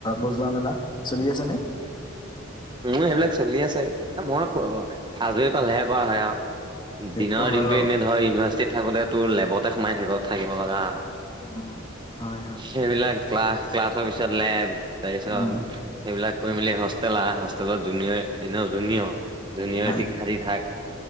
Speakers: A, on the left (about 25°); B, on the right (about 25°).
A: বজোৱা মেলা চলি আছে নে।
B: মোৰ সেইবিলাক চলি আছে মই হাজৰি পালেহে কৰা হয় আৰু।
A: সেইটো
B: দিনৰ
A: হয়
B: দিনতটো
A: বাৰু
B: এনেই ধৰ ইউনিভাৰ্চিটিত থাকোতে তোৰ লেবতে সোমাই থাক থাকিব লগা হয়।
A: উম, হয়, হয়।
B: সেইবিলাক ক্লা ক্লাছৰ পিছত লেব তাৰ পিছত
A: উম
B: সেইবিলাক কৰি মেলি হোষ্টেল হোষ্টেল আহ হোষ্টেলত জুনিয়ৰ, জুনিয়ৰ জুনিয়ৰ
A: হয়
B: টিক খাৰি থাক।